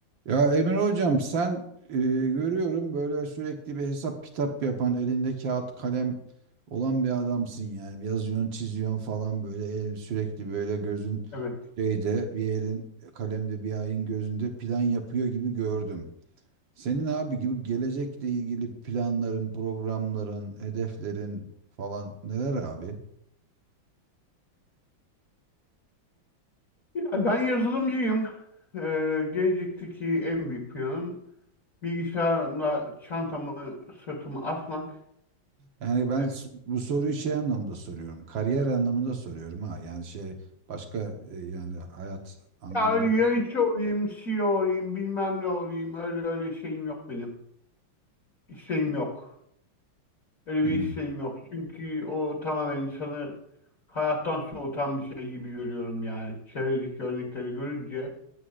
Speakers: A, on the right; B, on the left.
A: Ya Emre Hocam sen e, görüyorum böyle sürekli bir hesap kitap yapan elinde kağıt kalem olan bir adamsın yani yazıyorsun çiziyorsun falan böyle el- sürekli böyle gözün
B: Evet.
A: şeyde bir elin kalemde bir ayın gözünde plan yapıyor gibi gördüm. Senin abi gibi gelecekle ilgili planların, programların, hedeflerin falan neler abi?
B: Ya ben yazılımcıyım. Ee, gelecekteki en büyük planım bilgisayarımla çantamı sırtıma asmak.
A: Yani ben
B: Ee,
A: s- bu soruyu şey anlamında soruyorum. Kariyer anlamında soruyorum ha. Yani şey başka e, yani hayat anlamında.
B: ya öyle yönetici olayım, CEO olayım, bilmem ne olayım. Öyle öyle şeyim yok benim. İsteğim yok. Öyle
A: Hmm.
B: bir isteğim yok. Çünkü o tamamen insanı hayattan soğutan bir şey gibi görüyorum yani. Çevredeki örnekleri görünce